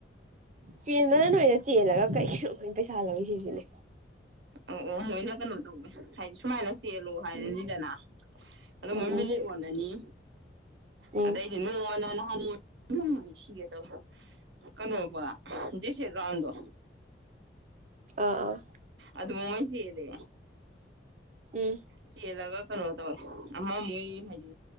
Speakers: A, on the right (about 40°); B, on the right (about 75°).
A: ꯆꯦꯟꯕꯅ ꯅꯔ ꯆꯦꯜꯂꯒ ꯀꯩ ꯑꯩꯈꯣꯏꯅ ꯄꯩꯁꯥ ꯂꯧꯏꯤ ꯁꯤꯁꯤꯅꯦ
B: ꯑꯣ ꯑꯣ ꯃꯣꯏꯅ ꯀꯩꯅꯣ ꯇꯧꯋꯦ ꯍꯥꯏꯗꯤ ꯁꯨꯃꯥꯏꯅ ꯆꯦꯜꯂꯣ ꯍꯥꯏꯔꯅꯤꯗꯅ
A: ꯎꯝ
B: ꯑꯗꯨ
A: ꯎꯝ
B: ꯃꯣꯏ
A: ꯎꯝ
B: ꯃꯤꯅꯤꯠ ꯑꯣꯜꯂꯅꯤ
A: ꯎꯝ
B: ꯑꯗ ꯍ ꯅꯨꯡꯉꯥꯏ ꯁꯤꯒꯗꯕ ꯀꯩꯅꯣꯧꯕ ꯦꯁꯦ ꯔꯥꯎꯟꯗꯣ
A: ꯑꯥ ꯑꯥ
B: ꯑꯗꯨꯗꯕꯨꯣꯃꯁꯤꯦꯗꯦ
A: ꯎꯝ
B: ꯁꯤꯂꯒ ꯀꯩꯅꯣ ꯇꯧꯋꯦ ꯑꯃ ꯃꯣꯏ ꯍꯥꯏꯗꯤ